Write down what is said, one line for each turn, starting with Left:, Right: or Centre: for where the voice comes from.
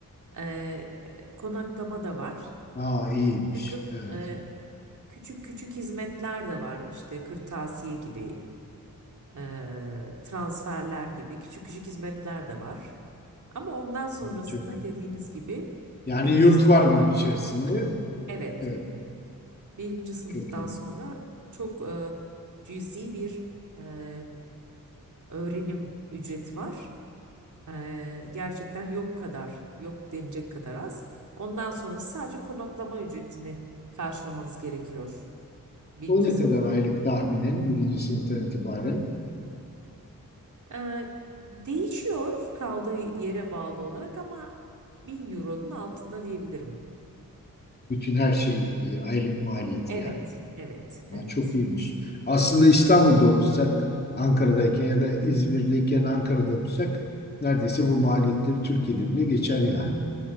Right: e, e, konaklama da var.
Left: Aa iyiymiş.
Right: Bir takım
Left: Evet.
Right: e, küçük küçük hizmetler de var işte kırtasiye gibi e, transferler gibi küçük küçük hizmetler de var. Ama ondan sonrasında
Left: Hı, Çok iyi.
Right: dediğiniz gibi
Left: Yani
Right: birinci
Left: yurt
Right: sınıf
Left: var bunun
Right: sonra,
Left: içerisinde.
Right: evet,
Left: Evet.
Right: birinci sınıftan
Left: Çok iyi.
Right: sonra çok e, cüzi bir e, öğrenim ücreti var. E, gerçekten yok kadar, yok denecek kadar az. Ondan sonra sadece konaklama ücretini karşılamanız gerekiyor birinci
Left: O ne
Right: sınıf.
Left: kadar aylık tahminen? Birinci sınıftan itibaren.
Right: Ee, değişiyor kaldığı yere bağlı olarak ama 1000 euronun altında diyebilirim.
Left: Bütün her şey e, aylık maliyeti
Right: Evet,
Left: yani.
Right: evet,
Left: Ha,
Right: evet.
Left: çok iyiymiş. Aslında İstanbul'da okusak, Ankara'dayken ya da İzmir'deyken Ankara'da okusak neredeyse bu maliyetleri Türkiye'de bile geçer yani.